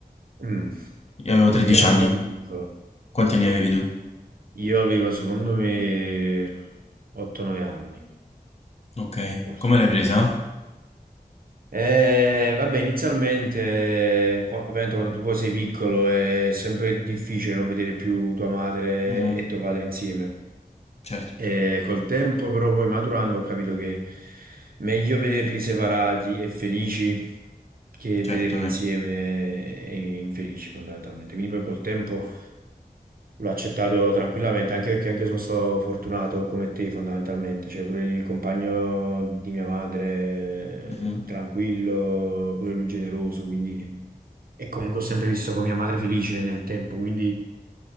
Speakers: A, on the right; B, on the left.
A: Mm,
B: io avevo 13
A: io ero ancora
B: anni.
A: più piccolo.
B: Quanti anni avevi tu?
A: Io avevo, secondo me, 8-9 anni,
B: Ok,
A: forse.
B: come l'hai presa?
A: Eh, vabbè, inizialmente, qua- ovviamente quando tu poi sei piccolo è sempre difficile non vedere più tua madre
B: Mhm,
A: e tuo padre insieme.
B: Certo,
A: E col tempo, però, poi maturando, ho capito che meglio vederli separati e felici che
B: certo
A: vederli
B: che...
A: insieme e infelici, fondamentalmente. Quindi, poi col tempo l'ho accettato tranquillamente, anche perché anche io sono stato fortunato come te, fondamentalmente. Cioè, pure il compagno di mia madre,
B: Mhm.
A: eh, tranquillo, pure lui generoso, quindi. E comunque ho sempre visto poi mia madre felice nel tempo, quindi